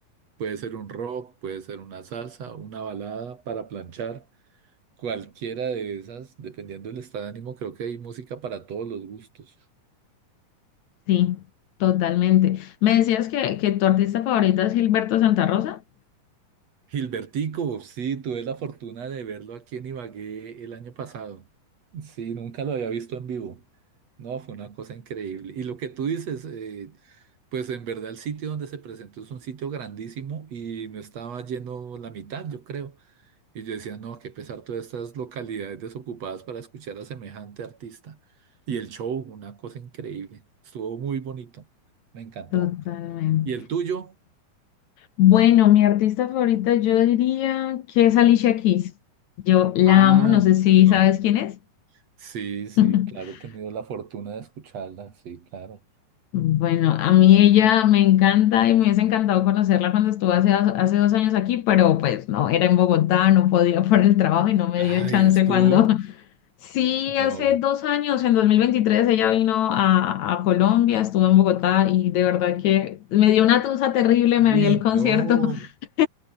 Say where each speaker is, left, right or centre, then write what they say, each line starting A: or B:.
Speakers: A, on the right; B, on the left.
A: Puede ser un rock, puede ser una salsa, una balada para planchar, cualquiera de esas, dependiendo del estado de ánimo, creo que hay música para todos los gustos.
B: sí, totalmente. Me decías que, que tu artista favorita es Gilberto Santa Rosa.
A: Gilbertico, sí, tuve la fortuna de verlo aquí en Ibagué el año pasado. Sí, nunca lo había visto en vivo. No, fue una cosa increíble. Y lo que tú dices, eh, pues en verdad el sitio donde se presentó es un sitio grandísimo y no estaba lleno la mitad, yo creo. Y yo decía, no, qué pesar todas estas localidades desocupadas para escuchar a semejante artista. Y el show, una cosa increíble. Estuvo muy bonito. Me encantó.
B: Totalmente.
A: ¿Y el tuyo?
B: Bueno, mi artista favorita yo diría que es Alicia Keys. Yo la
A: Ah,
B: amo, no sé si
A: no.
B: sabes quién es.
A: Sí, sí,
B: <laughs>
A: claro, he tenido la fortuna de escucharla, sí, claro.
B: Bueno, a mí
A: Tremendo.
B: ella me encanta y me hubiese encantado conocerla cuando estuvo hace, hace dos años aquí, pero pues no, era en Bogotá, no podía <laughs> por el trabajo y no me
A: Ay,
B: dio chance
A: Eh, estuvo.
B: cuando... <laughs> Sí,
A: No.
B: hace dos años, en 2023, ella vino a, a Colombia, estuvo en Bogotá y de verdad que me dio una tusa terrible, me
A: Uy,
B: vi el concierto,
A: no.
B: <laughs>